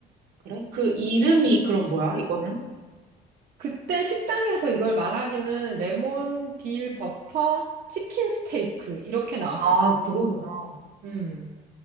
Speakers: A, on the right; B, on the right.
A: 그래? 그 이름이 그럼 뭐야, 이거는?
B: 그때 식당에서 이걸 말하기는 레몬 딜 버터 치킨 스테이크 이렇게 나왔었어.
A: 아, 그거구나.
B: 음.